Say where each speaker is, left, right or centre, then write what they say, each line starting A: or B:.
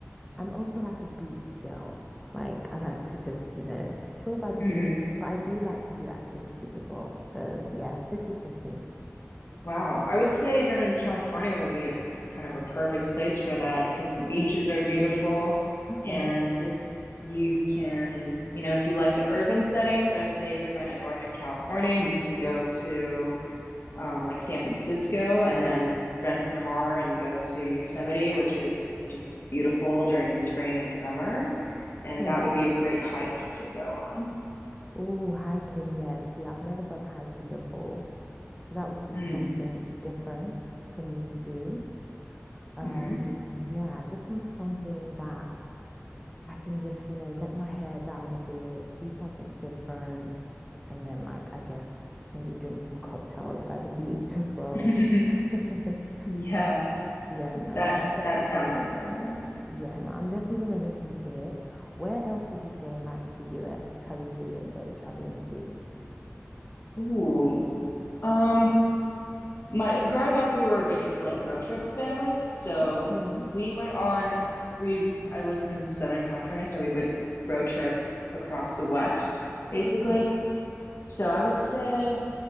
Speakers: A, in the centre; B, on the left (about 55°).
A: I'm also like a beach girl. Like I like to just, you know, chill by the beach,
B: Mm.
A: but I do like to do activities as well. So yeah, fifty-fifty.
B: Wow. I would say then California would be a kind of a perfect place for that because the
A: Okay,
B: beaches are beautiful
A: okay,
B: and you can, you know, if you like the urban settings, I would say if you're going to Northern California, you can go to um, like San Francisco and then rent a car and go to Yosemite, which is just beautiful during the spring and summer.
A: okay.
B: And that would be a great hike to go on.
A: Oh, hiking. yes. Yeah, see, I've never done hiking before. So that would be
B: Mm.
A: something different for me to do. Um,
B: hmm
A: yeah, I just want something that I can just, you know, let my hair down a bit, do something different, and then like I guess maybe drink some cocktails by the beach as well.
B: hmm <laughs>
A: <laughs>
B: Yeah,
A: Yeah, no,
B: that
A: I'm definitely
B: that sounds
A: gonna look.
B: incredible.
A: Yeah, no, I'm definitely gonna look into it. Where else would you say in like the US have you really enjoyed traveling to?
B: Ooh. Um, my growing up, we were a big like road trip family, so
A: Okay,
B: we went on we I lived in Southern California, so we would road trip across the West, basically.
A: okay.
B: So I would say